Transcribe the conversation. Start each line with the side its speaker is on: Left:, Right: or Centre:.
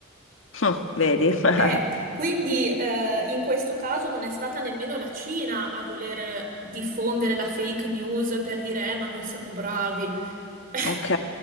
Left: Hm, vedi? <laughs>
Right: Eh, quindi eh, in questo caso non è stata nemmeno la Cina a voler diffondere la fake news per dire, eh, ma noi siamo bravi. <laughs>
Left: Ok,